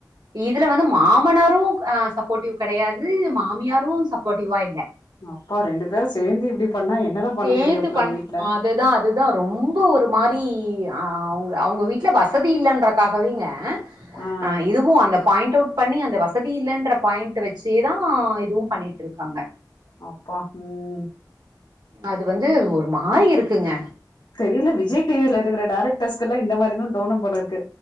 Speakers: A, on the right; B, on the left.
A: இதுல வந்து மாமனாரும் அஹ் சப்போர்ட்டிவ் கிடையாது மாமியாரும் சப்போர்ட்டிவா இல்ல
B: அப்பா ரெண்டு பேரும் சேர்ந்து இப்படி பண்ணா என்னதான் பண்ண
A: சேர்ந்து
B: முடியும் அப்புறம்
A: பண்
B: அந்த வீட்ல
A: அதுதான் அதுதான் ரொம்ப ஒரு மாதிரி அவங்க அவங்க வீட்டில் வசதி இல்லைன்றக்காகவேங்க
B: ஆ
A: ஆஹ் இதுவும் அந்த பாயிண்ட் அவுட் பண்ணி அந்த வசதி இல்லென்ற பாயிண்ட் வச்சேதான் இதுவும் பண்ணிட்டு இருக்காங்க
B: அப்பா உம்
A: அது வந்து ஒரு மாறி இருக்குங்க
B: தெரியல விஜய் டிவில இருக்கிற டைரக்டர்ஸ்க்குல்லாம் இந்த மாதிரி தான் தோணும் போல இருக்கு